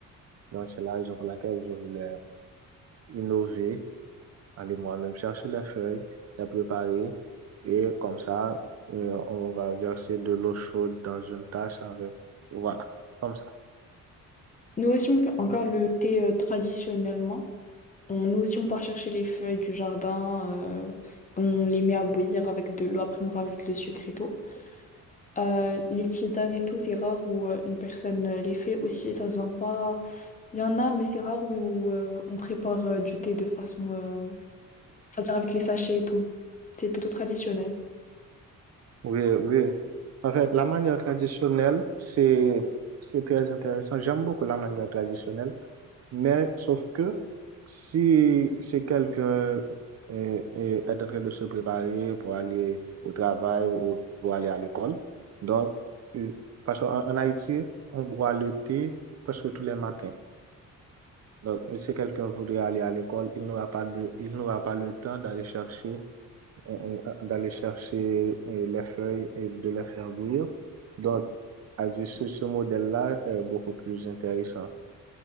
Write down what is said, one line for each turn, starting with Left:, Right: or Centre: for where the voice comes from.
Right: Donc c'est la raison pour laquelle je voulais innover aller moi-même chercher les feuilles, les préparer et comme ça, euh, on va verser de l'eau chaude dans une tasse avec. Voilà, comme ça.
Left: Nous aussi, on fait encore le thé euh, traditionnellement. On, nous aussi, on part chercher les feuilles du jardin. euh, on les met à bouillir avec de l'eau. Après, on rajoute le sucre et tout. Euh, les tisanes et tout, c'est rare où euh, une personne euh, les fait aussi. Ça se vend pas. Il y en a, mais c'est rare où, où, euh, on prépare euh, du thé de façon euh, c'est-à-dire avec les sachets et tout. C'est plutôt traditionnel.
Right: Oui, oui. En fait, la manière traditionnelle, c'est, c'est très intéressant. J'aime beaucoup la manière traditionnelle, mais sauf que si, si quelqu'un euh, euh, est en train de se préparer pour aller au travail ou pour aller à l'école, donc, euh, parce qu'en en Haïti, on boit le thé presque tous les matins. Donc, si quelqu'un voudrait aller à l'école, il n'aura pas de, il n'aura pas le temps d'aller chercher, euh, euh, euh, d'aller chercher euh, les feuilles et de les faire bouillir. Donc, à dire ce, ce modèle-là est beaucoup plus intéressant